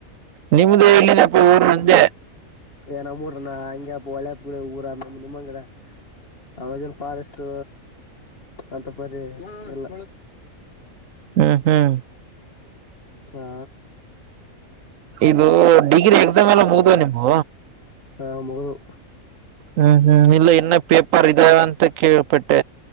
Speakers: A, on the right; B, on the left.
A: ನಿಮ್ದು ಎಲ್ಲಿದಪ್ಪ ಊರು ಅಂದೇ
B: ಏ ನಮ್ಮ ಊರು ಹಂಗೆಪ್ಪ ಒಳೆ ಪುಳೆ ಊರಮ್ಮ ನಿಮ್ಮಂಗಡೆ ಅಮೆಜಾನ್ ಫಾರೆಸ್ಟ್ ಅಂತ ಪರಿ ಇಲ್ಲ
A: ಹ್ಮ್ ಹ್ಮ್
B: ಹಾ
A: ಇದು ಡಿಗ್ರಿ ಎಕ್ಸಾಮ್ ಎಲ್ಲ ಮುಗಿದವಾ ನಿಂದು
B: ಹ ಮುಗಿದ್ದವು
A: ಹ್ಮ್ ಹ್ಮ್ ಇಲ್ಲ ಇನ್ನ ಪೇಪರ್ ಇದಾವ ಅಂತ ಕೇಳಪಟ್ಟೆ